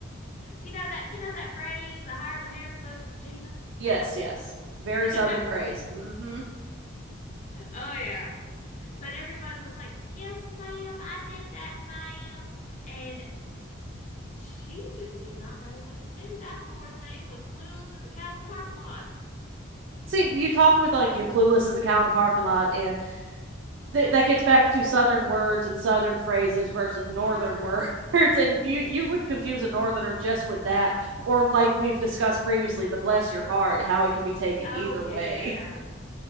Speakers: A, on the left; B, on the right.
A: You know that you know that phrase, the higher the hair, the closer to Jesus.
B: Yes, yes. Very
A: <laughs> oh
B: southern phrase. Mm-hmm.
A: yeah. But everybody was like, "Yes, ma'am, I did that, ma'am." And she just did not know what to do. That poor thing was clueless as a cow in a parking lot.
B: See, you talk with like your clueless as a cow in a parking lot, and th- that gets back to southern words and southern phrases versus
A: Yeah.
B: northern <laughs> words. And you you would confuse a northerner just with that, or like we've discussed previously, the bless your heart, how it can be taken
A: Oh
B: either
A: yeah.
B: way.